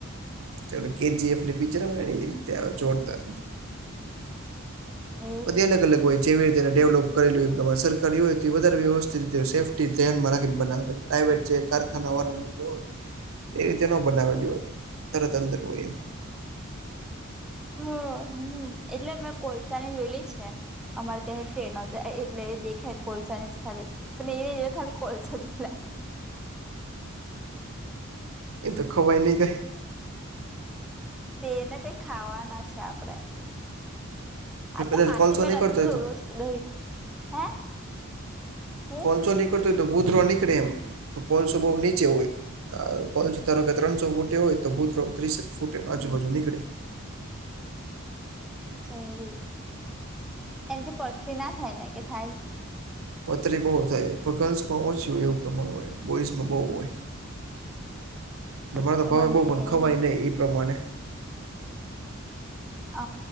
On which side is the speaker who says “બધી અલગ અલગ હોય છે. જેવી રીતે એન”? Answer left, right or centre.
Right